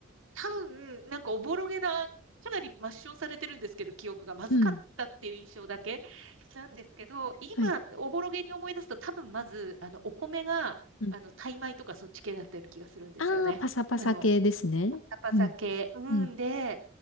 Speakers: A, on the right; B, on the left.
A: 多分、なんかおぼろげな、かなり抹消されてるんですけど、記憶がまずかったっていう印象だけ
B: うん。
A: なんですけど、今、
B: はい。
A: おぼろげに思い出すと、多分まず、あの、お米が、
B: うん。
A: あの、タイ米とかそっち系だったような気がするんですよね。
B: ああ、パサパサ系ですね。
A: あの、パサパサ系。
B: うん。
A: うん、
B: うん。
A: で、